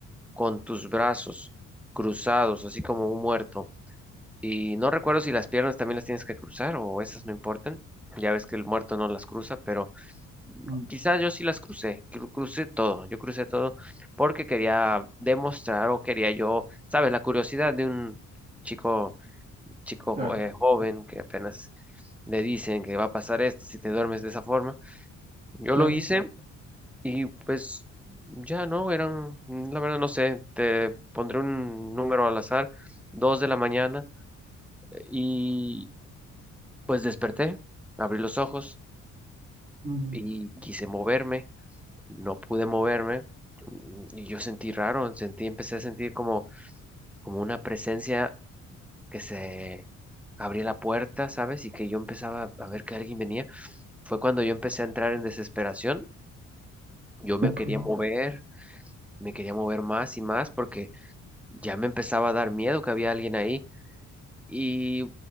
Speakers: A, in the centre; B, on the right.
A: con tus brazos cruzados, así como un muerto. Y no recuerdo si las piernas también las tienes que cruzar o esas no importan. Ya ves que el muerto no las cruza, pero
B: ujú,
A: quizás yo sí las crucé, cru- crucé todo, yo crucé todo porque quería demostrar o quería yo, sabes, la curiosidad de un chico, chico
B: claro,
A: jo- eh, joven que apenas le dicen que va a pasar esto si te duermes de esa forma. Yo
B: claro.
A: lo hice y pues ya no, eran, la verdad no sé, te pondré un número al azar, dos de la mañana, y pues desperté, abrí los ojos
B: mm,
A: y quise moverme, no pude moverme, y yo sentí raro, sentí, empecé a sentir como, como una presencia que se abría la puerta, ¿sabes? Y que yo empezaba a ver que alguien venía. Fue cuando yo empecé a entrar en desesperación, yo me
B: ok.
A: quería mover, me quería mover más y más porque ya me empezaba a dar miedo que había alguien ahí y